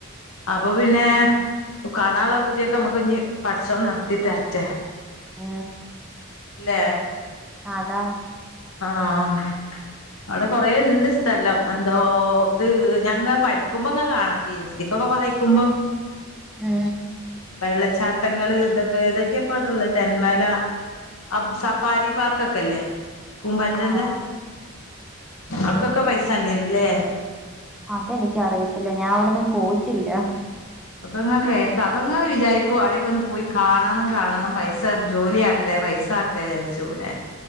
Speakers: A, on the left; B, in the centre.
A: അപ്പൊ പിന്നെ കാണാനുള്ള പൂതിയൊക്കെ നമ്മുക്ക് ഇഞ് പഠച്ചോൻ നടത്തി തരട്ടെ.
B: ആ
A: ലേ
B: അതാ
A: ആഹ് അവ്ടെ കൊറേ ഇണ്ട് സ്ഥലം, എന്തോ ഇത് ഞാങ്ങ പഠിക്കുമ്പോ ങ്ങ കാണാ. പി എസ് സിക്കൊക്കെ വായിക്കുമ്പം.
B: മ്
A: വെള്ളച്ചാട്ടങ്ങള് എതൊക്കെ ഏതൊക്കെയാപാടല്ലേ തെന്മല, അഹ് സഫാരി പാർക്കൊക്കെല്ലേ? പൂമ്പാറ്റൻ്റെ.
B: ആഹ്
A: അട്ക്കൊക്കെ പൈസാണ്ടിയേരുംല്ലേ?
B: അതെനിക്ക് അറിയത്തില്ല. ഞാൻ അവിടൊന്നും പോയിട്ടില്ല.
A: അപ്പൊ ഇങ്ങ കേൾക്കാ... അപ്പൊ ഇങ്ങ വിചാരിക്കു അവ്ടെക്ക ഒന്ന് പോയി കാണണം കാണണം പൈസ ജോലിയാട്ടെ പൈസ ആട്ടെ വിചാരിച്ചു എവ്ടെ